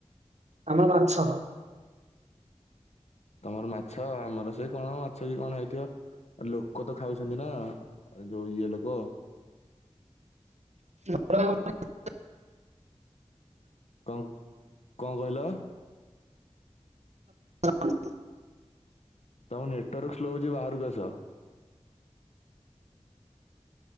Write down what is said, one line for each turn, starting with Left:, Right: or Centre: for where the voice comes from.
Right: ଆମର ମାଛ।
Left: ତମର ମାଛ ଆମର ସେଇ କଣ ମାଛ କି କଣ ହେଇଥିବ। ଲୋକ ତ ଖାଉଛନ୍ତି ନା ଯୋଉ ଇଏ ଲୋକ।
Right: <unintelligible>
Left: କଣ କଣ କହିଲ?
Right: <inaudible>
Left: ତମ ନେଟୱାର୍କ ସ୍ଲୋ ହଉଛି ବାହାରକୁ ଆସ।